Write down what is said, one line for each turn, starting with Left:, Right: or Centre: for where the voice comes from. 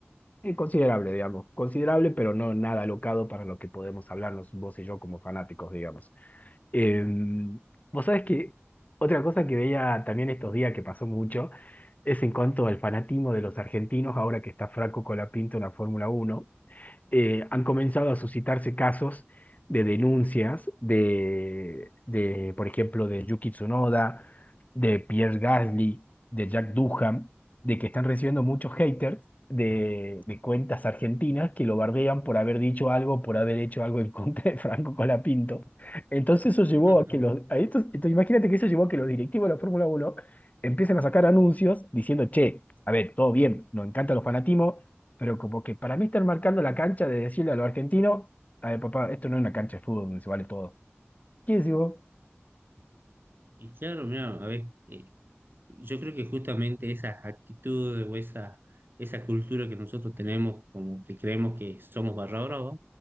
Left: eh, considerable, digamos. Considerable, pero no nada alocado para lo que podemos hablarnos vos y yo como fanáticos, digamos. Em, vos sabés que otra cosa que veía también estos días que pasó mucho es en cuanto al fanatismo de los argentinos ahora que está Franco Colapinto en la Fórmula Uno eh, han comenzado a suscitarse casos de denuncias de, de, por ejemplo, de Yuki Tsunoda, de Pierre Gasly, de Jack Duham, de que están recibiendo muchos haters de, de cuentas argentinas que lo bardean por haber dicho algo, por haber hecho algo en <laughs> contra de Franco Colapinto. Entonces eso llevó
Right: <laughs>
Left: a que los... a estos- entonces imagínate que eso llevó a que los directivos de la Fórmula Uno empiecen a sacar anuncios diciendo, che, a ver, todo bien, nos encanta los fanatismos, pero como que para mí están marcando la cancha de decirle a los argentinos, a ver, papá, esto no es una cancha de fútbol donde se vale todo. ¿Qué decís vos?
Right: Y claro, mira, a ver, eh, yo creo que justamente esas actitudes o esa, esa cultura que nosotros tenemos, como que creemos que somos barra brava,